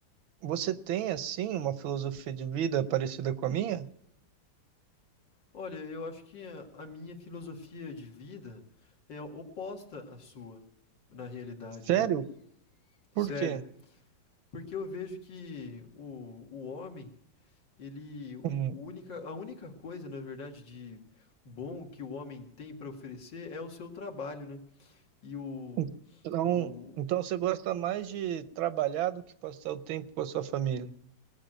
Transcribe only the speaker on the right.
você tem assim uma filosofia de vida parecida com a minha?
Sério?
Por quê?
Hum,
Então,
então você gosta mais de trabalhar do que passar o tempo com a sua família?